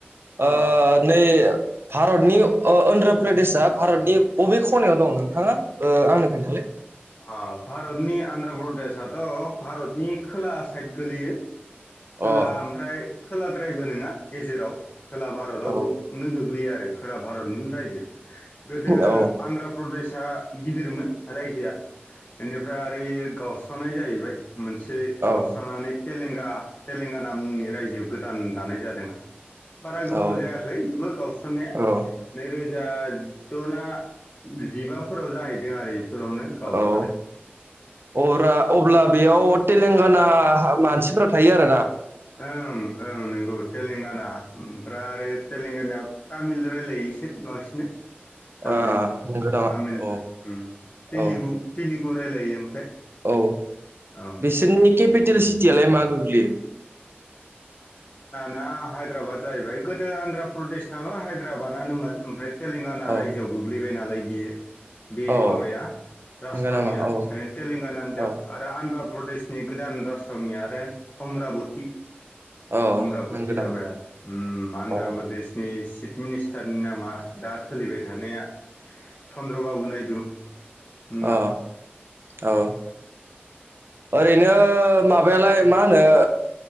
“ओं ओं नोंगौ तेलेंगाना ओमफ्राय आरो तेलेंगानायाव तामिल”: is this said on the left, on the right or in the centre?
Left